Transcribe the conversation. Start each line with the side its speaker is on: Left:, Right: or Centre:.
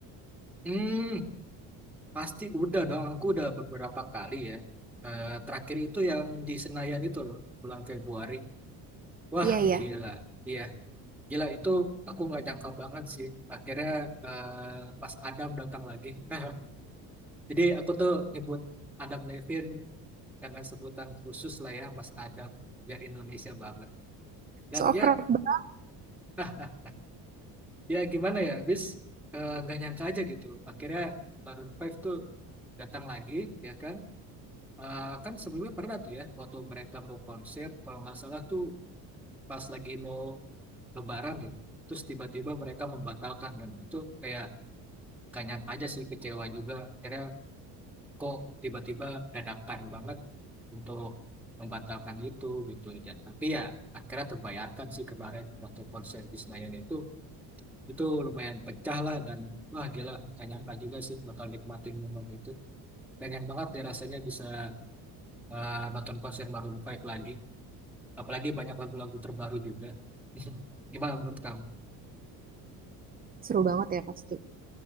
Centre: Hmm, pasti udah dong. Aku udah beberapa kali ya. Eh, terakhir itu yang di Senayan itu loh, bulan Februari. Wah,
Right: Iya, iya.
Centre: gila. Iya. Gila itu aku nggak jangka banget sih. Akhirnya eh, pas Adam datang lagi. <laughs> Jadi aku tuh nyebut Adam Levin dengan sebutan khusus lah ya Mas Adam biar Indonesia banget. Dan
Right: So
Centre: ya
Right: kerap banget,
Centre: ah ya gimana ya bis eh, nggak nyangka aja gitu. Akhirnya Maroon Five tuh datang lagi ya kan. Eh, kan sebelumnya pernah tuh ya waktu mereka mau konser kalau nggak salah tuh pas lagi mau lebaran gitu terus tiba-tiba mereka membatalkan dan itu kayak gak nyangka aja sih kecewa juga akhirnya kok tiba-tiba dadakan banget untuk membatalkan itu gitu aja tapi ya akhirnya terbayarkan sih kemarin waktu konser di Senayan itu itu lumayan pecah lah dan wah gila gak nyangka juga sih bakal nikmatin momen itu pengen banget ya rasanya bisa eh, nonton konser Maroon Five lagi apalagi banyak lagu-lagu terbaru juga <laughs> gimana menurut kamu
Right: seru banget ya pasti.